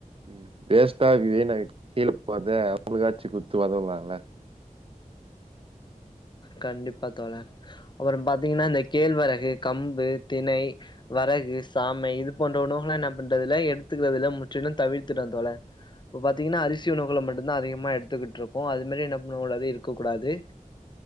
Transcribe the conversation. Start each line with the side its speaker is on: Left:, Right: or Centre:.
Right: ம் வேஸ்ட்டா வீணாயி கீழ போறத அவுங்களுக்காச்சு குத்து ஒதவுலால
Left: கண்டிப்பா தோழர் அப்புறம் பாத் தீங்கன்னா இந்த கேழ்வரகு கம்பு திணை வரகு சாமை இது போன்ற உணவுகள்லா என்ன பண்றதுல்ல எடுத்துக்கறதுல்ல முற்றிலும் தவிர்த்துட்டோ தோழர் இப்போ பாத்திங்கன்னா அரிசி உணவுகள மட்டு்ந்தா அதிகமா எடுத்துக்கிட்ருக்கோ அதுமேரி என்ன பண்ணக்கூடாது இருக்கக்கூடாது